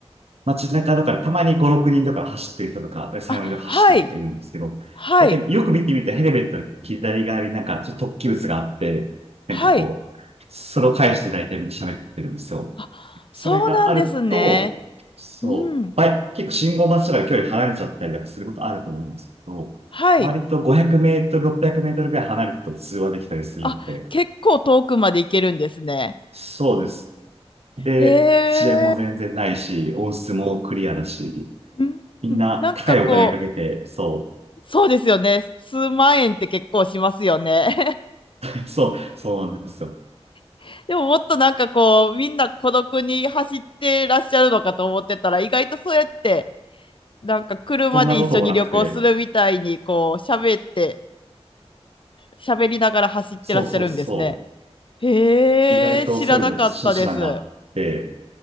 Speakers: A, on the right; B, on the left.
A: 街中とかでたまに5、6人とか走ってる人とか、3、
B: あ、
A: 4人とか走ってる人がいるんですけど、
B: はい、はい、
A: 大よく見てみたらヘルメットの左側になんかちょっと突起物があって、なんかこう、
B: はい。
A: それを返して大体みんな喋ってるんですよ。
B: あ、そうなんですね。
A: それがあると、そう、
B: うん、
A: バイ結構信号待ちとかで距離離れちゃったりとかすることあると思うんですけど、
B: はい。
A: 割と500メートル、600メートルぐらい離れると通話できたりするんで、
B: あ、結構遠くまで行けるんですね。
A: そうです。で、
B: へ
A: 遅延も全然ないし、
B: え。
A: 音質もクリアだし、
B: うん。
A: みんな高いお金かけて、
B: なんかこ
A: そ
B: う、そうですよね。数万円って結構しますよね。
A: う、<laughs> そう、そうなんですよ。
B: <laughs> でももっとなんかこう、みんな孤独に走ってらっしゃるのかと思ってたら、意外とそうやって、なんか車で一緒に旅行するみたいに、
A: そんなこともなくて、
B: こう、喋って、喋りながら走ってらっしゃるんですね。
A: そうそうそう、
B: へえ、
A: 意外とそういうの手段があって、
B: 知らなかったです。